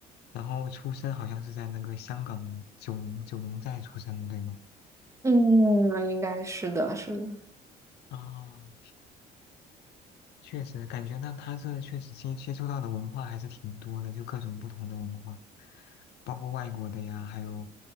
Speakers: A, on the left; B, on the right.
A: 然后出生好像是在那个香港九龙九龙寨出生的，对吗？
B: 嗯，应该是的，是的。
A: 啊，确实，感觉到他这确实接接触到的文化还是挺多的，就各种不同的文化，包括外国的呀，还有